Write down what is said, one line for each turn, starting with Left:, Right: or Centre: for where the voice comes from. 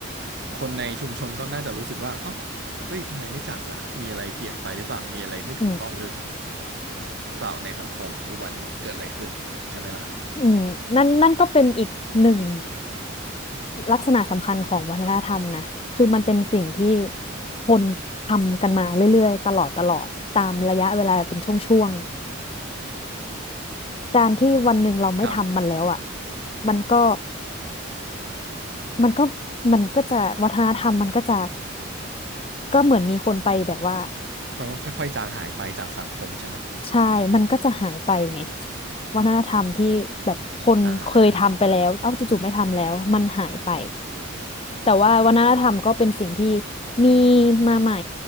Right: คนในชุมชนก็น่าจะรู้สึกว่าเอ้าเฮ้ยทำไมไม่จัดล่ะมีอะไรเปลี่ยนไปหรือเปล่ามีอะไรไม่ถูกต้องหรื
Left: อืม
Right: อเปล่าในสังคมทุกวันนี้เกิดอะไรขึ้นใช่ไหมล่ะ
Left: อืมนั่นนั่นก็เป็นอีกหนึ่งลักษณะสำคัญของวัฒนธรรมนะคือมันเป็นสิ่งที่คนทำกันมาเรื่อยๆตลอดตลอดตามระยะเวลาเป็นช่วงๆการที่วันหนึ่งเราไม่ทำมันแล้วอ่ะ
Right: ครับ
Left: มันก็มันก็มันก็จะวัฒนธรรมมันก็จะก็เหมือนมีคนไปแบบว่า
Right: มันก็ค่อยๆจางหายไปจากสังคมใช่ไหม
Left: ใช่มันก็จะหายไปไงวัฒนธรรมที่แบบคนเคยทำไปแล้วเอ้าจู่ๆไม่ทำแล้วมันหายไป
Right: อ่าอ่า
Left: แต่ว่าวัฒนธรรมก็เป็นสิ่งที่มีมาใหม่